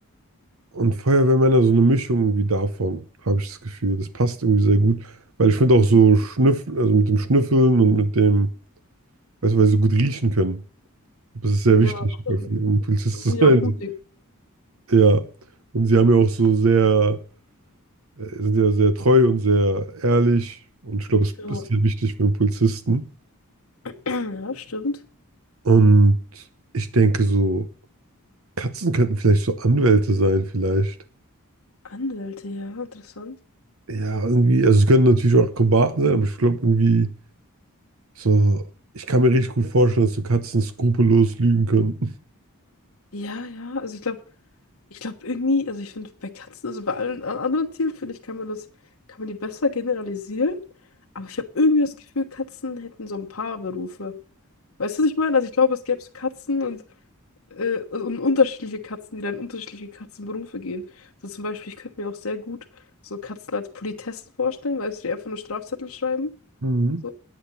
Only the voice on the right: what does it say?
und Feuerwehrmänner, so eine Mischung irgendwie davon, habe ich das Gefühl. Das passt irgendwie sehr gut, weil ich finde auch so Schnüffeln, also mit dem Schnüffeln und mit dem, weißt du, weil sie so gut riechen können. Das ist sehr
wichtig,
um Polizist
zu sein.
Ja, und sie haben ja auch so sehr. äh, sind ja sehr treu und sehr ehrlich und ich glaube, es
ist sehr wichtig für einen Polizisten.
Und ich denke so, Katzen könnten vielleicht so Anwälte sein, vielleicht.
Ja, irgendwie, also sie können natürlich auch Akrobaten sein, aber ich glaube irgendwie so, ich kann mir richtig gut vorstellen, dass so Katzen skrupellos lügen können
Mhm.